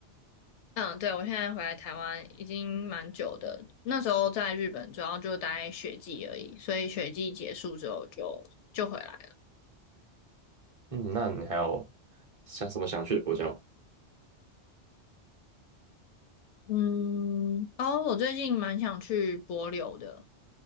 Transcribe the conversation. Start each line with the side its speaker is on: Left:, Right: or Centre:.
Left: 嗯，对，我现在回来台湾已经蛮久的，那时候在日本主要就待学季而已，所以学季结束之后就就回来了。
Right: 嗯，那你还有想什么想去的国家吗？
Left: 嗯，哦，我最近蛮想去帛琉的，